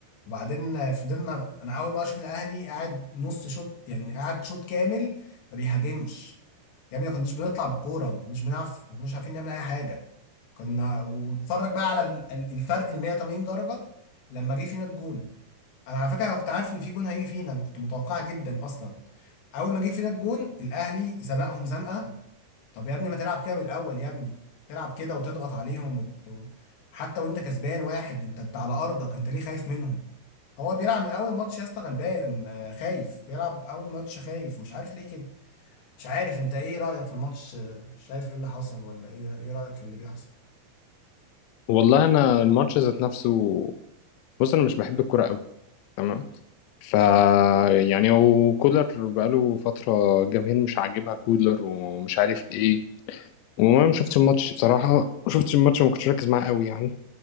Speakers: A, on the left (about 65°); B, on the left (about 80°).
A: وبعدين فضلنا انا اول ما اشوف الاهلي قاعد نص شوط يعني قاعد شوط كامل ما بيهاجمش يا ابني ما كناش بنطلع بالكوره ما كناش بنعرف ما كناش عارفين نعمل اي حاجه كنا واتفرج بقى على ال- ال- الفرق ال 180 درجه لما جه فينا الجون انا على فكره أنا كنت عارف ان في جون هيجي فينا انا كنت متوقع جدا اصلا اول ما جه فينا الجون الاهلي زنقهم زنقه طب يا ابني ما تلعب كده من الاول يا ابني تلعب كده وتضغط عليهم وت... و- حتى وانت كسبان واحد انت انت على ارضك انت ليه خايف منهم هو بيلعب من اول ماتش يا اسطى غلبان آه، خايف بيلعب اول ماتش خايف مش عارف ليه كده مش عارف انت ايه رايك في الماتش آه، شايف ايه اللي حصل ولا ايه ايه رايك في اللي بيحصل
B: والله انا الماتش ذات نفسه بص انا مش بحب الكوره قوي تمام ف يعني هو كولر بقاله فتره الجماهير مش عاجبها كولر ومش عارف ايه وما شفتش الماتش بصراحه ما شفتش الماتش وما كنتش ركز معاه قوي يعني